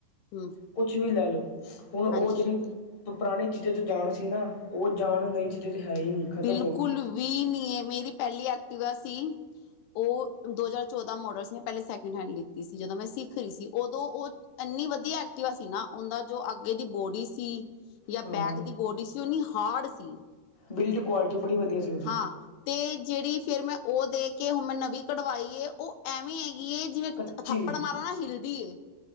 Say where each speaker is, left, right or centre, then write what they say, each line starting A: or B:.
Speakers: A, on the left; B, on the left.
A: ਹਮ
B: ਕੁਛ ਵੀ ਲੈ ਲੋ। ਹੁਣ ਉਹ
A: ਹਾਂਜੀ।
B: ਜਿਹੜੀ ਪੁਰਾਣੀ ਚੀ ਜਾਂ ਚ ਜਾਣ ਸੀ ਨਾ ਉਹ ਜਾਣ ਨਈ ਚੀਜ਼ਾਂ ਚ ਹੈ ਹੀ ਨਹੀਂ ਖਤਮ
A: ਬਿਲਕੁਲ
B: ਹੋ ਗਈ
A: ਵੀ ਨੀ ਏ, ਮੇਰੀ ਪਹਿਲੀ ਐਕਟੀਵਾ ਸੀ ਉਹ ਦੋ ਹਜ਼ਾਰ ਚੌਦਾਂ ਮੋਡਲ ਸੀ। ਮੈਂ ਪਹਿਲੇ ਸੈਕਿੰਡ ਹੈਂਡ ਲਿੱਤੀ ਸੀ, ਜਦੋਂ ਮੈਂ ਸਿੱਖ ਰਹੀ ਸੀ। ਓਦੋਂ ਓਹ ਏਨ ਇੰਨੀ ਵਧੀਆ ਐਕਟਿਵਾ ਸੀ ਨਾ, ਓਂਦਾ ਜੋ ਅੱਗੇ ਦੀ ਬੋਡੀ ਸੀ ਯਾ
B: ਹਾਂ
A: ਬੈਕ ਦੀ ਬੋਡੀ ਸੀ, ਓ ਏਨੀ ਹਾਰਡ ਸੀ।
B: ਬਿਲਡ ਕੁਆਲਿਟੀ ਬੜੀ ਵਧੀਆ ਸੀ ਉਹਦੀ
A: ਹਾਂ, ਤੇ ਜਿਹੜੀ ਫੇਰ ਮੈਂ ਉਹ ਦੇ ਕੇ ਹੁਣ ਮੈਂ ਨਵੀ ਕਢਵਾਈ ਏ, ਓਹ ਐਵੇਂ ਹੈਂ ਏਹ ਜਿਵੇਂ
B: ਕੱਚੀ
A: ਥੱਪੜ ਮਾਰੋ ਨਾ, ਹਿਲਦੀ ਏ।